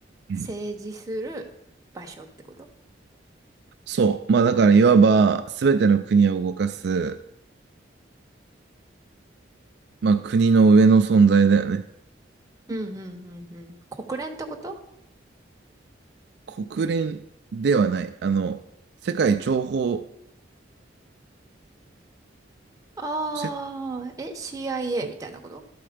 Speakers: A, on the right (about 60°); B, on the right (about 20°).
A: うん
B: 政治する場所ってこと
A: そう。まあだから、いわば、すべての国を動かす、まあ国の上の存在だよね。
B: うんうんうんうん。国連ってこと
A: 国連ではない。あの、世界諜報、
B: ああー、
A: 世界
B: え、CIA
A: 諜
B: みたいなこと